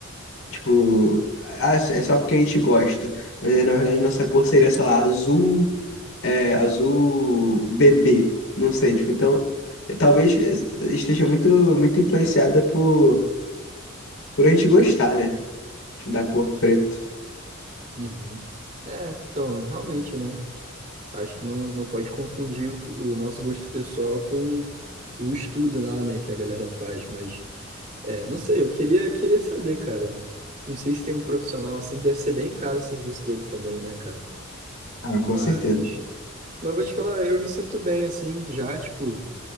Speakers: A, on the left; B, on the right.
A: tipo, ah, é só porque a gente gosta. Mas aí, na verdade, nossa cor seria, sei lá, azul, é, azul bebê. Não sei, tipo, então, talvez esteja muito, muito influenciada por, por a gente gostar, né? Tipo, da cor preto.
B: Uhum. É, então, realmente, né? Acho que não, não pode confundir o, que- o nosso gosto pessoal com o estudo lá, né, que a galera faz, mas é, não sei, eu queria, queria saber, cara. Não sei se tem um profissional assim, deve ser bem caro o serviço dele também, né, cara?
A: Ah, com
B: Mas,
A: certeza.
B: mas eu vou te falar, eu me sinto bem assim, já, tipo.